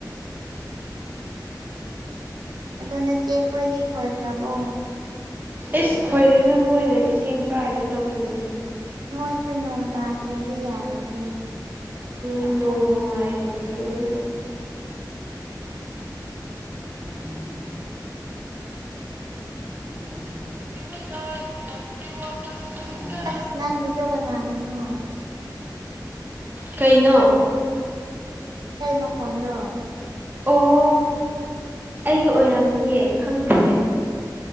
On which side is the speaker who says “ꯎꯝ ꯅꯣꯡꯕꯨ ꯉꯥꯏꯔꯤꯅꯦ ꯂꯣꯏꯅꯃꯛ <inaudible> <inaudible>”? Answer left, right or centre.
Right